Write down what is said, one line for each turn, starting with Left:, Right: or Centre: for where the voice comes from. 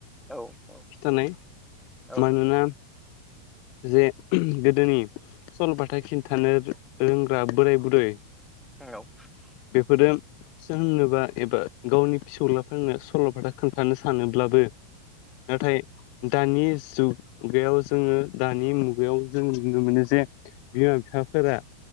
Centre: औ औ
Left: खिथानाय
Centre: औ
Left: मानोना जे ओम गोदोनि सल' बाथा खिथानो रोंग्रा बोराय-बुरै
Centre: उनाव <unintelligible>
Left: बेफोरो सोरनोबा एबा गावनि फिसौलाफोरनो सल' बाथा खोन्थानो सानोब्लाबो नाथाय दानि जुग बेयाव जोङो दानि मुगायाव जों नुनो मोनो जे बिमा-बिफाफोरा